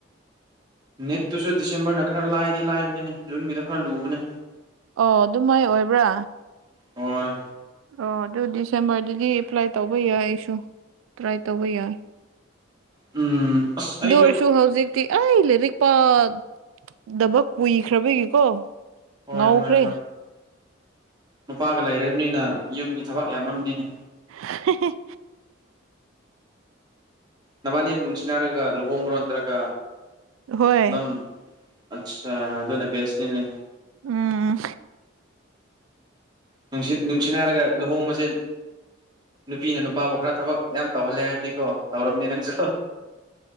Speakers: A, on the right (about 20°); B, on the right (about 80°).
A: ꯅꯤꯠꯇꯨꯁꯨ ꯗꯤꯁꯦꯝꯕꯔꯅ ꯈꯔ ꯂꯥꯏꯗꯤ ꯂꯥꯏꯕꯅꯤꯅꯦ ꯖꯨꯟꯒꯤꯗꯣ ꯈꯔ ꯂꯨꯕꯅꯦ
B: ꯑꯣ ꯑꯗꯨ ꯃꯥꯏ ꯑꯣꯏꯕ꯭ꯔꯥ
A: ꯍꯣꯏ
B: ꯑꯣ ꯑꯗꯨ ꯗꯤꯁꯦꯝꯕꯔꯗꯗꯤ ꯑꯦꯄ꯭ꯂꯥꯏ ꯇꯧꯕ ꯌꯥꯏ ꯑꯩꯁꯨ ꯇ꯭ꯔꯥꯏ ꯇꯧꯕ ꯌꯥꯏ
A: ꯎꯝ ꯑꯁ ꯑꯩꯁꯨ
B: ꯑꯗꯨ ꯑꯣꯏꯔꯁꯨ ꯍꯧꯖꯤꯛꯇꯤ ꯑꯩ ꯂꯥꯏꯔꯤꯛ ꯄꯥꯗꯕ ꯀꯨꯏꯈ꯭ꯔꯕꯒꯤꯀꯣ
A: ꯍꯣꯏ
B: ꯉꯧꯈ꯭ꯔꯦ
A: ꯍꯣꯏ ꯍꯣꯏ ꯅꯨꯄꯥꯒ ꯂꯩꯔꯕꯅꯤꯅ ꯌꯨꯝꯒꯤ ꯊꯕꯛ ꯌꯥꯝꯅꯤꯅꯦ
B: ꯍ <unintelligible>
A: ꯅꯕꯥꯅꯤ ꯅꯨꯡꯁꯤꯅꯔꯒ ꯂꯨꯍꯣꯡꯕ꯭ꯔꯣ ꯅꯠꯇ꯭ꯔꯒ
B: ꯍꯣꯏ
A: ꯑꯗꯨꯝ ꯑꯆꯥ ꯑꯗꯨ ꯑꯗꯨꯅꯦ ꯕꯁꯅꯤꯅꯦ
B: ꯎꯝ
A: ꯅꯨꯡ ꯅꯨꯡꯁꯤꯅ ꯍꯥꯏꯔꯒ ꯂꯨꯍꯣꯡꯕꯁꯦ ꯅꯨꯄꯤꯅ ꯅꯨꯄꯥꯕꯨ ꯈꯔ ꯊꯕꯛ ꯌꯥꯝ ꯇꯧꯍꯜꯂꯦ ꯍꯥꯏꯕꯅꯤꯀꯣ ꯇꯧꯔꯕꯝꯅꯤ ꯅꯪꯁꯨ